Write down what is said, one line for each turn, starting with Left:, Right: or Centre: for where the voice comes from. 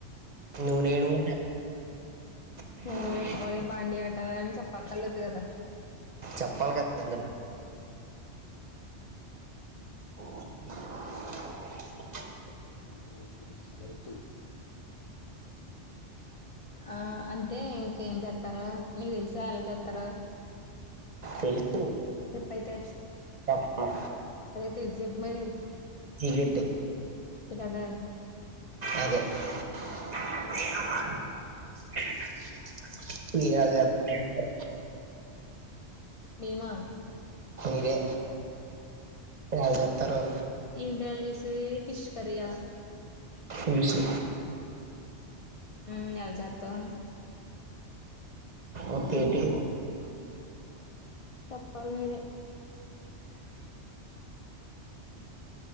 Right: నూనె వేయడం కూడా చెప్ప-
Left: మూను పెట్టుకోవాలి బండి అట్టాల అని చెప్పక్కర్లేదు కదా
Right: చెప్పాలి కదా ఇంకా. <inaudible>
Left: <unintelligible> <inaudible> ఆ అంటే ఇంకేం చేస్తారు మీక్ తెల్సా ఎల్ చెత్తారో
Right: తెలుసు
Left: చెప్పైతే
Right: చెప్పమ.
Left: అదే తెలిసి చెప్పి మరి
Right: సీక్రెట్
Left: ఇ కదా
Right: అదే <unintelligible> మీరెల్ జేతారు
Left: మేమా
Right: మీరే ఎల్ జేతారు
Left: ఏంటి ఎలా చేసేది ఫిష్ కర్రీయా
Right: పులుసు
Left: ఉమ్ ఎల చేత్తం <inaudible>
Right: ఒకటి
Left: చెప్పాలి మీరే